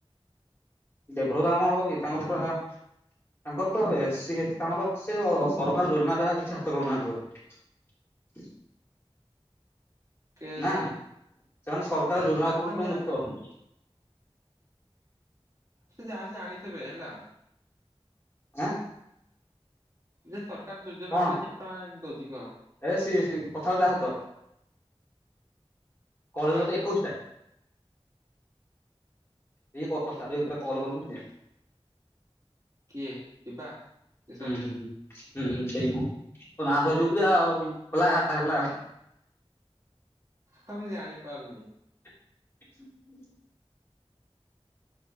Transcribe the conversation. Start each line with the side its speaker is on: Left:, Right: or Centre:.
Left: ଦେଭ୍ର ଦ ହବ କି ତାଙ୍କର ପୁରା। ତାଙ୍କର ତ ସିଏ ତାଙ୍କର ସେ ସରକାର ଯୋଜନାରେ କିଛି ହାତ ଦୋଉନାହାନ୍ତି ବୋଧେ। <inaudible>
Right: କେ
Left: ନା
Right: ଜାଣି
Left: ସେମାନେ ସରକାର
Right: କେ
Left: ଯୋଜନା
Right: ଆର
Left: ଉପରୁ
Right: ତାମ
Left: ସବୁ
Right: ଯା
Left: ମୁକ୍ତ
Right: ଆର୍ ସେ
Left: ଅଛନ୍ତି
Right: ଯାହାେଲେ ଜାଣିଥିବେ ହେଲା।
Left: ଆଁ
Right: ଯେ ସରକାର ଯୋଜନା
Left: କଣ
Right: ଦେଲେ କେତେ ଟଙ୍କା ଏ ଦଉଛି କହ।
Left: ଏ ସିଏ କଥାବତା ଆସ ତ କଲର
Right: କାହା
Left: ତ
Right: ସହିତ
Left: ଏକୋଇଶ ଟା ଏଇ କଚା କଲ କ
Right: କିଏ ଯିବା କି
Left: ହୁଁ
Right: ସରି।
Left: ହୁଁ ହୁଁ ହୁଁ ହୁଁ ସେଇ ମୁଁ ତ ନା ଧରିବାକୁ ଯ ଆଉ ଖୋଲାଘାଟା ହେଲା।
Right: ତ ମୁ ଜାଣି ପାରୁନି।
Left: <inaudible>